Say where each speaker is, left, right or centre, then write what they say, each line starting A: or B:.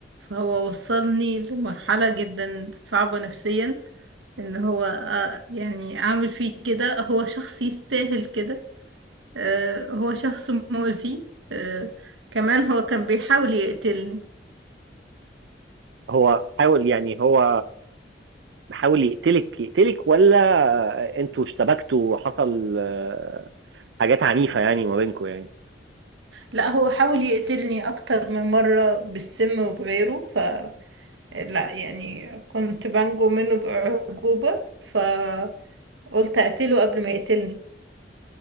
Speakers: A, on the right; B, on the right.
A: فهو وصلني لمرحلة جدا صعبة نفسيا ان هو آه، يعني اعمل فيه كده هو شخص يستاهل كده آه، هو شخص مؤذي آه، كمان هو كان بيحاول يقتلني
B: هو حاول يعني هو بحاول يقتلك يقتلك ولا انتوا اشتبكتوا حصل آه، حاجات عنيفة يعني ما بينكم يعني
A: لا هو حاول يقتلني اكتر من مرة بالسم وبغيره ف لا يعني كنت بنجو منه بأعجوبة فقلت أقتله قبل ما يقتلني